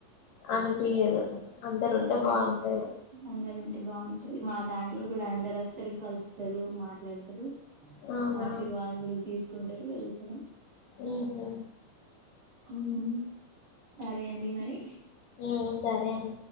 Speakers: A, on the left (about 75°); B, on the right (about 55°).
A: అనిపియదు అందరు ఉంటే
B: అవును
A: బాగుంటది
B: అందరు ఉంటే బాగుంటది మా దాంట్లో కూడా అందరు వస్తారు కలుస్తారు మాట్లాడతారు
A: అవునా
B: ఆశీర్వాదులు తీసు కుంటారు వెళ్తారం
A: ఆహ
B: ఉమ్ రే అండి మరి
A: హ్మ్ సరే అండి